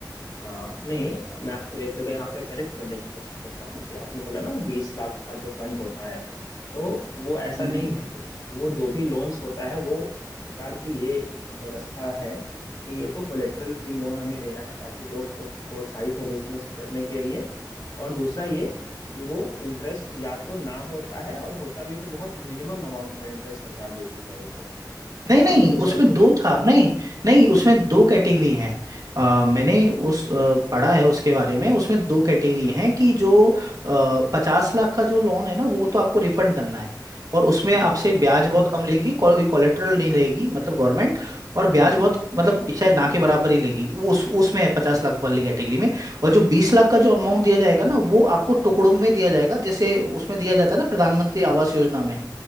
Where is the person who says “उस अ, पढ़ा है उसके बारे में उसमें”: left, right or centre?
Right